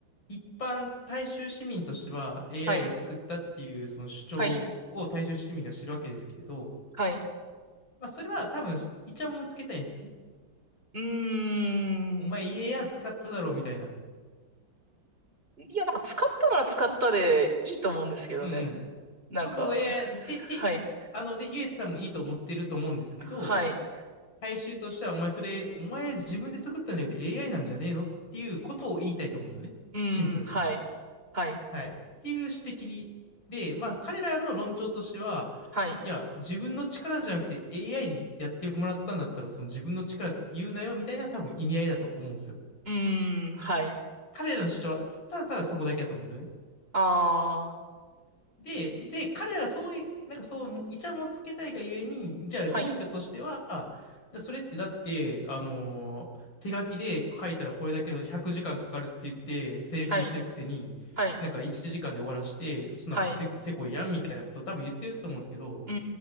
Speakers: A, on the left; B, on the right.
A: 一般大衆市民としては AI
B: はい。
A: が作ったっていうその主張を大衆市民が知るわけですけれど、
B: はい。はい。
A: まあそれは多分イチャモンつけたいんですよね。
B: うーん。
A: お前 AI 使っただろみたいな。
B: いや、なんか使ったのは使ったでいいと思うんですけどね。
A: うんうん。
B: なんか、
A: そうそうそう、いやいや、で、で、
B: はい。
A: あの、で、ゆえさんもいいと思ってると思うんですけど、
B: はい。
A: 回収としては、お前それ、お前自分で作ったんじゃなくて AI なんじゃねえのっていうことを言いたいと思うんですよね。
B: うーん、
A: シンプルに。
B: はい。はい。
A: はい。っていう指摘に。で、まあ、彼らの論調としては、
B: はい。
A: いや、自分の力じゃなくて AI にやってもらったんだったら、その自分の力って言うなよみたいな多分意味合いだと思うんですよ。
B: うーん、はい。
A: 彼らの主張は、ただただそこだけだと思うんですよね。
B: ああ
A: で、で、彼らがそういう、なんかそう、イチャもんつけたいがゆえに、じゃあ根拠としては、
B: はい。
A: でそれってだって、あのー手書きで書いたらこれだけの100時間かんかかるって言って請求してるくせに、
B: はい。はい。
A: なんか1時間で終わらして、そんなのせ、
B: はい。
A: せこいやんみたいなことを多分言ってると思うんですけど、
B: うー